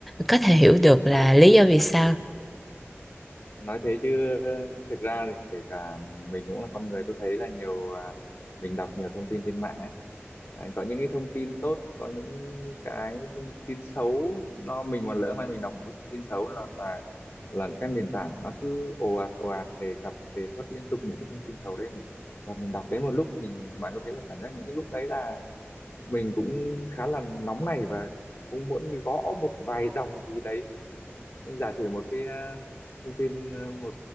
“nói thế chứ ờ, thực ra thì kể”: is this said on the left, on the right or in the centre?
Left